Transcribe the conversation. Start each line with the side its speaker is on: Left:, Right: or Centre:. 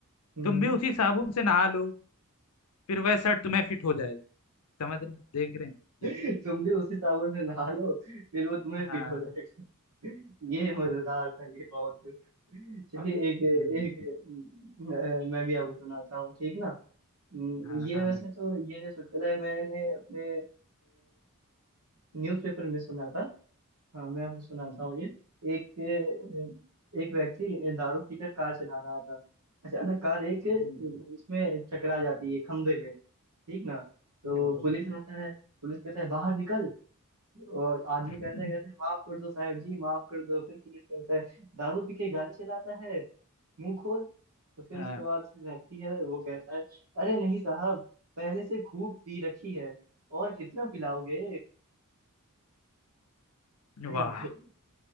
Right: हम्म
Left: तुम
Right: हम्म।
Left: भी उसी साबुन से नहा लो फिर वह शर्ट तुम्हें फिट हो जाएगी समझ रहे हैं? देख रहे हैं
Right: <laughs>
Left: ये
Right: तुम भी उसी साबुन से नहा लो फिर वो तुम्हें
Left: हाँ
Right: फिट हो जाएगा <laughs> ये मजेदार था ये बहुत चलिए एक एक
Left: हम्म
Right: अ, मैं भी आपको सुनाता हूँ ठीक ना हम्म,
Left: हाँ
Right: ये
Left: हाँ
Right: वैसे
Left: बिल्कुल
Right: तो ये जो चुटकुला है मैंने अपने न्यूज़पेपर में सुना था हाँ मैं आपको सुनाता
Left: हम्म
Right: हूँ ये एक अ, एक व्यक्ति दारू पीकर कार चला रहा था अचानक कार एक अ,
Left: हम्म,
Right: उसमें टकरा जाती है खंभे में ठीक ना तो
Left: बिल्कुल
Right: पुलिस
Left: बिल्कुल
Right: आता है पुलिस कहता है बाहर निकल और आदमी
Left: <laughs>
Right: कहते हैं कहते हैं माफ कर दो साहब जी माफ कर दो फिर पुलिस करता है दारू पी के गाड़ी चलाता है मुंह खोल तो फिर
Left: हाँ
Right: उसके बाद से व्यक्ति है वो कहता है अरे नहीं साहब पहले से खूब पी रखी है और कितना पिलाओगे अय्यो,
Left: वाह